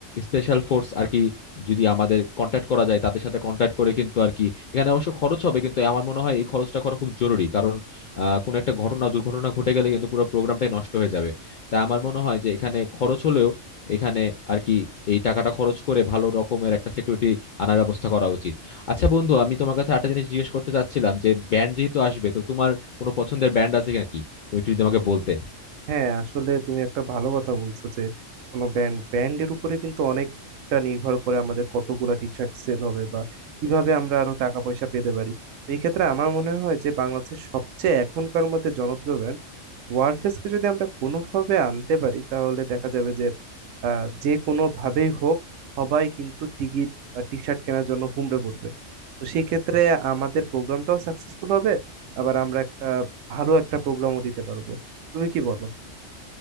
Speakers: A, on the left; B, on the right.
A: স্পেশাল ফোর্স আর কি যদি আমাদের কন্ট্যাক্ট করা যায় তাদের সাথে কন্ট্যাক্ট করে কিন্তু আর কি এখানে অবশ্য খরচ হবে কিন্তু আমার মনে হয় এই খরচটা করা খুব জরুরি কারণ আহ কোনো একটা ঘটনা দুর্ঘটনা ঘটে গেলে কিন্তু পুরো প্রোগ্রামটাই নষ্ট হয়ে যাবে তাই আমার মনে হয় যে এখানে খরচ হলেও এখানে আর কি এই টাকাটা খরচ করে ভালো রকমের একটা সিকিউরিটি আনার ব্যবস্থা করা উচিত আচ্ছা বন্ধু আমি তোমার কাছে একটা জিনিস জিজ্ঞেস করতে চাচ্ছিলাম যে ব্যান্ড যেহেতু আসবে তো তোমার কোনো পছন্দের ব্যান্ড আছে নাকি তুমি একটু যদি আমাকে বলতে
B: হ্যাঁ আসলে তুমি একটা ভালো কথা বলছো যে কোনো ব্র্যান্ড ব্র্যান্ডের উপরে কিন্তু অনেকটা নির্ভর করে আমাদের কতগুলা টি শার্ট সেল হবে বা কিভাবে আমরা আরো টাকা পয়সা পেতে পারি তো এই ক্ষেত্রে আমার মনে হয় যে বাংলাদেশের সবচেয়ে এখনকার মধ্যে জনপ্রিয় ব্র্যান্ড ওয়ারফেসকে যদি আমরা কোনোভাবে আনতে পারি তাহলে দেখা যাবে যে আহ যে কোনো ভাবেই হোক সবাই কিন্তু টিকিট বা টি শার্ট কেনার জন্য হুমড়ে পড়বে তো সেই ক্ষেত্রে আমাদের প্রোগ্রামটাও সাকসেসফুল হবে আবার আমরা একটা ভালো একটা প্রোগ্রামও দিতে পারবো তুমি কি বলো